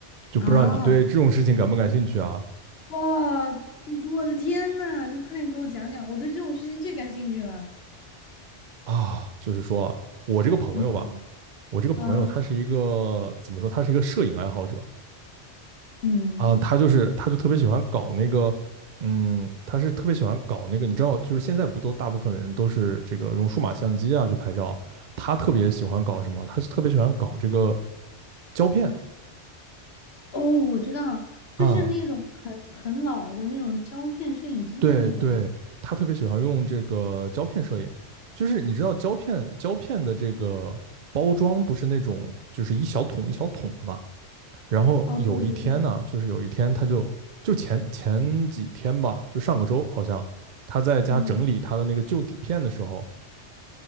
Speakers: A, on the right; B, on the left.
A: 就不知道你对这种事情感不感兴趣啊？
B: 啊！哇，我的天呐，你快点给我讲讲，我对这种事情最感兴趣了。
A: 啊，就是说啊，我这个朋友吧，
B: 嗯
A: 我这个朋友他是一个怎么说，
B: 啊，
A: 他是一个摄影爱好者。
B: 嗯，
A: 啊，他就是他就特别喜欢搞那个，嗯，他是特别喜欢搞那个，你知道，就是现在不都大部分的人都是这个用数码相机啊去拍照，他特别喜欢搞什么？他特别喜欢搞这个胶片
B: 哦，我知道，就是那种很很老的那种胶片摄影机的那种嘛。
A: 啊，对对，他特别喜欢用这个胶片摄影，就是你知道胶片胶片的这个包装不是那种就是一小桶一小桶的嘛，然后有一天呢，
B: 哦，对对对，
A: 就是有一天他就就前前几天吧，就上个周好像他在家整理他的那个旧底片的时候，
B: 嗯，